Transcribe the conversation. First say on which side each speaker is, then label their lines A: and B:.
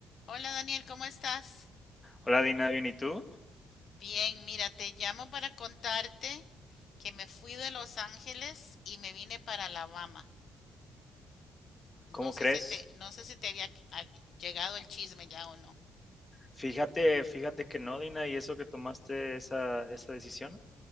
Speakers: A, on the left (about 60°); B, on the left (about 20°).
A: Hola Daniel, ¿cómo estás?
B: Hola Dina, bien, ¿y tú?
A: Bien, mira, te llamo para contarte que me fui de Los Ángeles y me vine para Alabama. No
B: ¿Cómo
A: sé
B: crees?
A: si te, no sé si te había ah, llegado el chisme ya o no.
B: Fíjate, fíjate que no, Dina, y eso que tomaste esa, esa decisión.